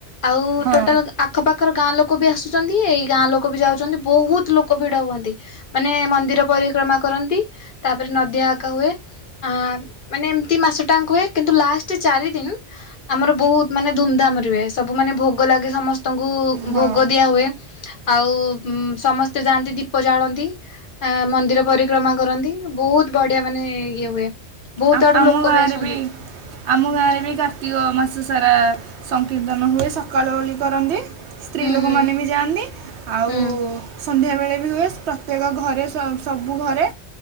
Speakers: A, on the left (about 55°); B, on the right (about 75°).
A: ଆଉ
B: ହଁ
A: ଟୋଟାଲ୍ ଆଖପାଖର ଗାଁ ଲୋକ ବି ଆସୁଚନ୍ତି, ଏଇ ଗାଁ ଲୋକ ବି ଯାଉଚନ୍ତି, ବହୁତ ଲୋକ ଭିଡ ହୁଅନ୍ତି। ମାନେ ମନ୍ଦିର ପରିକ୍ରମା କରନ୍ତି, ତାପରେ ନଦିଆ ଆକା ହୁଏ। ହଁ ମାନେ ଏମିତି ମାସ ଟାଙ୍କ ହୁଏ। କିନ୍ତୁ ଲାଷ୍ଟ୍ ଚାରିଦିନି ଆମର ବହୁତ ମାନେ ଧୁମ୍ ଧାମ୍ ରେ ହୁଏସ୍। ସବୁ ମାନେ ଭୋଗ ଲାଗେ ସମସ୍ତଙ୍କୁ
B: ହଁ
A: ଭୋଗ ଦିଆ ହୁଏ। ଆଉ ସମସ୍ତେ ଯାଆନ୍ତି ଦୀପ ଜାଳନ୍ତି। ଆ ମନ୍ଦିର ପରିକ୍ରମା କରନ୍ତି, ବହୁତ ବଢିଆ ମାନେ ଇଏ ହୁଏ। ବହୁତ
B: ଆ
A: ଆଡୁ
B: ଆମ
A: ଲୋକ
B: ଗାଁରେ
A: ଆସନ୍ତି
B: ବି ଆମ ଗାଁରେ ବି କାର୍ତ୍ତିକ ମାସ ସାରା ସଂକୀର୍ତ୍ତନ ହୁଏ ସକାଳ ଓଳି କରନ୍ତି। ସ୍ତ୍ରୀ
A: ହୁଁ
B: ଲୋକମାନେ
A: ହୁଁ
B: ବି ଯାଆନ୍ତି, ଆଉ
A: ହୁଁ
B: ସନ୍ଧ୍ୟାବେଳେ ବି ହୁଏ। ପ୍ର ପ୍ରତ୍ୟେକ ଘରେ ସ ସବୁ ଘରେ